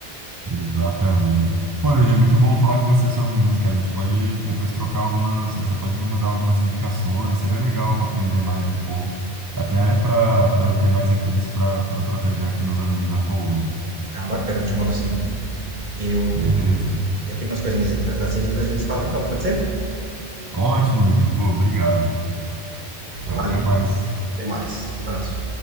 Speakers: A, on the right; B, on the right.
A: exatamente. Pô, Lelê, muito bom falar com você sobre música, cara. A gente pode depois trocar algumas, você pode me mandar algumas indicações, seria legal aprender mais um pouco, até para para eu ter mais referência para trocar ideia com meus amigos da Colômbia.
B: Ah, bacana, eu te mando sim. Eu,
A: Beleza.
B: eu tenho umas coisinhas aqui pra fazer, depois a gente se fala então, pode ser?
A: Ótimo, Levi. Pô, obrigado.
B: Valeu,
A: Até mais.
B: até mais. Abraço.